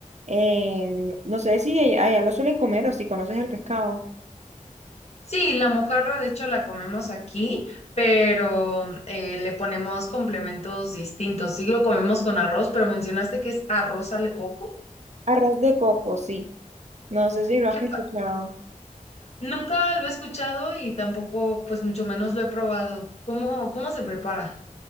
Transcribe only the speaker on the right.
Em, no sé si allá, allá lo suelen comer o si conoces el pescado.
Arroz de coco, sí. No sé si lo
has escuchado.